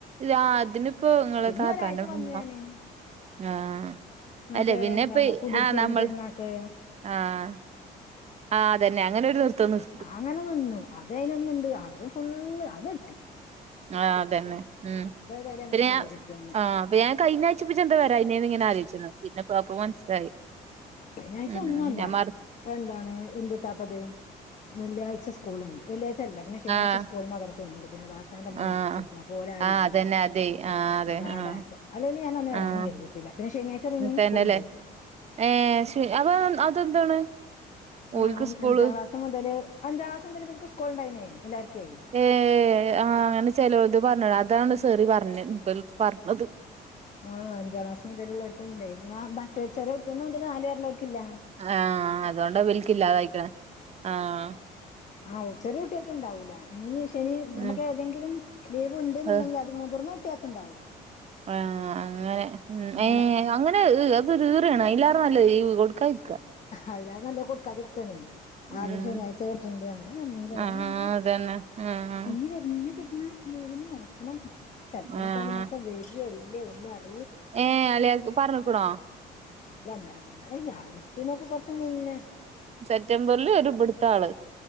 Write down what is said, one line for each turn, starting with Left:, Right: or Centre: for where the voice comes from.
Right: ആഹ് ഇതിന്പ്പോ ഇങ്ങളെ
Left: പിന്നെ
Right: താത്താന്റെ
Left: ഒരാഴ്ച വന്നു
Right: ഉമ്മ
Left: ഞാന്
Right: ആഹ്
Left: മറ്റേ
Right: അല്ലെ പിന്നെ
Left: എന്താണ്
Right: ഇപ്പെ
Left: കുടിയിരിക്കലിന്
Right: ആഹ് നമ്മൾ
Left: പെരുന്നാക്ക്
Right: ആഹ്. ആഹ് തെന്നെ അങ്ങനൊരു നിർത്തം നിർ
Left: ആങ്ങനെ നിന്നു അതെയ്നൊന്നുണ്ട് അത് ഫുള്ള് അത്ട്ടി.
Right: ആഹ് അതന്നെ ഉം
Left: ഏതായാലും നമുക്ക്
Right: പിന്നെ
Left: ഫുള്ള്
Right: ഞാ
Left: കിട്ടിയങ്ങനെ
Right: ആഹ് പിന്നെ ഞാ കഴിഞ്ഞാ ച്ചപ്പിച്ചെന്ത വരായിന് ന്ന് ഇങ്ങനെ ആലോയ്ച്ചയ്ന്നു. പിന്നെപ്പോ അപ്പോ മൻസ്സിലായി
Left: ശനിയാഴ്ച
Right: ഉം
Left: ഒന്നുമല്ല
Right: ഞാ മർ
Left: എന്താണ് എന്തിതാപ്പത് വെള്ളിയാഴ്ച സ്കൂള്ണ് വെള്ളിയാഴ്ച്ച ഇല്ല പിന്നെ ശനിയാഴ്ച
Right: ആഹ്
Left: സ്‌ക്കൂളും മദ്രസുണ്ട് പിന്നെ താ ത്താന്റെമ്മ
Right: ആഹ്
Left: മരിച്ചിട്ട് അപ്പോ ഓലാരുല്ല.
Right: ആഹ് അതന്നെ അതെ ആഹ്
Left: ഒക്കെ
Right: അതെ
Left: പാടായപ്പോ
Right: ആഹ്
Left: അല്ലേലു ഞാനന്ന് വരാനു
Right: ആഹ്
Left: കരുതിട്ടില്ല പിന്നെ ശനിയാഴ്ച റിനൂന്
Right: തന്നെല്ലേ
Left: സ്കൂളുണ്ടെ.
Right: ഏഹ് ശ് അപ്പോ അതെന്താണ്? ഓൽക്ക്
Left: മ <unintelligible>
Right: സ്കൂള്
Left: അഞ്ചാ ക്ലാസ് മുതൽ അഞ്ചാ ക്ലാസ് മുതല് ഇബൽക്ക് സ്കൂളിണ്ടായ്നു എല്ലാരുക്കേ.
Right: ഏഹ് ആ അങ്ങനെ ചെലോല്ത് പറഞ്ഞോട അതാണ് സെറി പറഞ്ഞത് ഇ പറഞ്ഞത്
Left: ആഹ് അഞ്ച ക്ലാസ് മുതല് ഉള്ള അവർക്കുണ്ടെ എന്ന മറ്റൊരു ചെറിയ കുട്ടിയന്നും മുതൽ നാലു വരെ ഉള്ളോർക്കില്ല.
Right: ആഹ് അതുകൊണ്ട് ഇവൽക്കില്ലാതെ ആയിക്കണ് ആഹ്.
Left: ആഹ് ഉ ചെറ കുട്ടിയോക്ക് ഉണ്ടാവൂല. ഇനി ശനി നമുക്ക്
Right: ഉം
Left: ഏതെങ്കിലും ലീവ് ഉണ്ടെന്നുണ്ടെങ്കിൽ
Right: അഹ്
Left: അത് മുതിർന്ന കുട്ടിയാക്ക് ഉണ്ടാവും.
Right: ആ അങ്ങനെ
Left: അങ്ങനെ
Right: ഏഹ് അങ്ങനെ ഈ അതൊരു ഈറെണ് എല്ലാവാരും നല്ലീ കൊ ക്കാരിക്ക.
Left: അതിനാളും നല്ലെ കൊടുക്കാതിരിക്കാണേ ആകെ
Right: ഉം
Left: ഒരു ശനിയാഴ്ച കിട്ടണ്ട് അങ്ങനെ വന്നീല്ല ഇതാണെങ്കില്
Right: ആഹ് അതന്നെ ആഹ്
Left: പിന്നെ കരിഞ്ഞു കിട്ടുന്ന ലീവിന് നോക്കണം ചപ്പഞ്ഞപ്പാലി
Right: ആഹ്
Left: ആക്കെ വരോ ഇല്ലയോ ഒന്നും അറി
Right: ഏഹ് അല്ലിയാക്ക് പറഞ്ക്കണോ?
Left: അല്ല ഒന്നര കോല്ലായി ആഗസ്റ്റിനൊക്കെ കൊറച്ച മുന്നേ
Right: സെറ്റംബറില് ഒരു ഇബ്ടുത്ത ആള്.